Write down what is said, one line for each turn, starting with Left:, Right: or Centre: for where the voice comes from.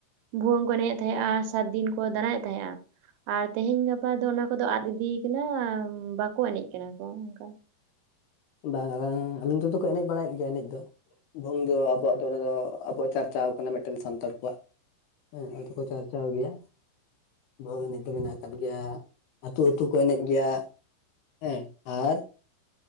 Right: ᱵᱷᱩᱣᱟᱹᱝ ᱠᱚ ᱮᱱᱮᱡᱮᱜ ᱛᱟᱦᱮᱸᱜᱼᱟ ᱥᱟᱛ ᱫᱤᱱ ᱠᱚ ᱫᱬᱟᱭᱮᱜ ᱛᱟᱦᱮᱸᱜ-ᱟ᱾ ᱟᱨ ᱛᱮᱦᱮᱧ ᱜᱟᱯᱟ ᱫᱚ ᱚᱱᱟ ᱠᱚᱫᱚ ᱟᱫ ᱤᱫᱤᱭ ᱠᱟᱱᱟ ᱵᱟᱠᱚ ᱮᱱᱮᱡ ᱠᱟᱱᱟ ᱠᱚ ᱚᱝᱠᱟ᱾
Left: ᱵᱟᱝ ᱟᱞᱟᱝ ᱟᱹᱞᱤᱧ ᱱᱚᱛᱮ ᱫᱚᱠᱚ ᱮᱱᱮᱡ ᱵᱟᱲᱟᱭᱮᱜ ᱜᱮᱭᱟ ᱮᱱᱮᱡ ᱫᱚ᱾ ᱵᱷᱩᱝ ᱫᱚ ᱟᱵᱚᱣᱟᱜ ᱫᱚ ᱚᱱᱟ ᱫᱚ ᱟᱵᱚᱣᱟᱜ ᱪᱟᱨᱪᱟᱣ ᱠᱟᱱᱟ ᱢᱤᱫᱴᱮᱱ ᱥᱟᱱᱛᱟᱲ ᱠᱚᱣᱟᱜ᱾ ᱦᱮᱸ ᱚᱱᱟ ᱫᱚᱠᱚ ᱪᱟᱨᱪᱟᱣ ᱜᱮᱭᱟ, ᱵᱷᱩᱣᱟᱹᱝ ᱮᱱᱮᱡ ᱫᱚ ᱢᱮᱱᱟᱜ ᱠᱟᱫ ᱜᱮᱭᱟ᱾ ᱟᱹᱛᱩ ᱟᱹᱛᱩ ᱠᱚ ᱮᱱᱮᱡ ᱜᱮᱭᱟ ᱦᱮᱸ ᱟᱨᱼᱼ